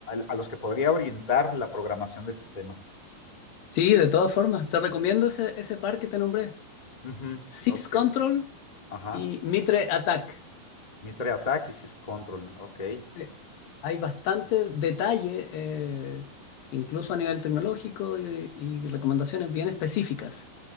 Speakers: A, on the left (about 15°); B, on the left (about 75°).
A: a los que podría orientar la programación de sistemas.
B: Sí, de todas formas. Te recomiendo ese, ese par que te nombré.
A: Uh -huh,
B: SysControl.
A: ok, ajá.
B: Y Mitre Attack.
A: Mitre attack y sys control, ok.
B: Eh, Hay bastante detalle, eh, incluso a nivel tecnológico, y, y recomendaciones bien específicas